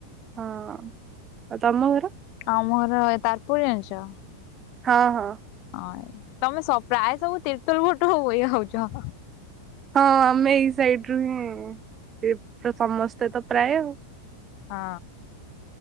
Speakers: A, on the right (about 25°); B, on the left (about 45°).
A: ହଁଉ ଅଁ ତମ ଘର?
B: ଆମଘର ତାରପୁର ଜାଣିଚ?
A: ହଁ ହଁ।
B: ହଁ ତମେ ପ୍ରାୟ ସବୁ ତିର୍ତୋଲ ଭଟ ହ ଇଏ ହଉଚ।
A: ହଁ ଆମେ ଏଇ ସାଇଟିରୁ ହିଁ ସମସ୍ତେତ ପ୍ରାୟ ଆଉ।
B: ହଁ